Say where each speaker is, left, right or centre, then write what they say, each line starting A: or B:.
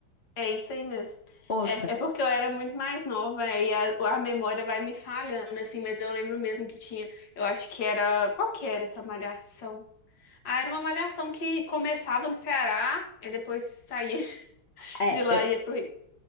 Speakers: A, on the left; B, on the left.
A: É isso aí mesmo.
B: Outra.
A: É, é porque eu era muito mais nova é, e a, a memória vai me falhando, assim, mas eu lembro mesmo que tinha. Eu acho que era. Qual que era essa malhação? Ah, era uma malhação que começava no Ceará e depois saía <laughs>
B: É,
A: de lá
B: eu,
A: e ia pro Rio.